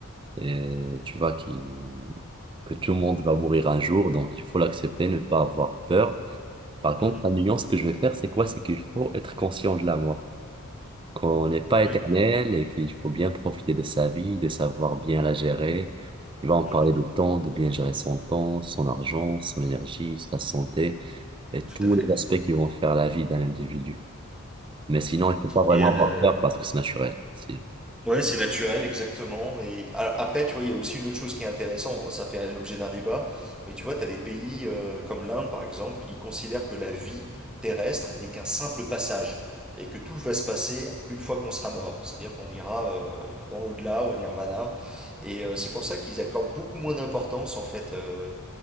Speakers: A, on the right; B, in the centre.
A: Et tu vois, qui, que tout le monde va mourir un jour, donc il faut l'accepter, ne pas avoir peur. Par contre,
B: Mhm.
A: la nuance que je vais faire, c'est quoi? C'est qu'il faut être conscient de la mort. qu'on n'est pas éternel
B: Oui,
A: et qu'il faut bien profiter de sa vie, de savoir bien la gérer. Tu vas en
B: Mhm.
A: parler de temps, de bien gérer son temps, son argent, son énergie, sa santé et tous
B: tout à fait.
A: les aspects qui vont faire la vie d'un individu. Mais sinon, il ne faut pas vraiment
B: Et euh,
A: avoir peur parce que c'est naturel. Si-
B: ouais, c'est naturel, exactement. Et alors, après, tu vois, il y a aussi une autre chose qui est intéressante. Bon, ça fait l'objet d'un débat, mais tu vois, tu as des pays euh, comme l'Inde, par exemple, ils considèrent que la vie terrestre n'est qu'un simple passage et que tout va se passer une fois qu'on sera mort. C'est-à-dire qu'on ira euh, dans l'au-delà, au nirvana. Et euh, c'est pour ça qu'ils accordent beaucoup moins d'importance, en fait, euh,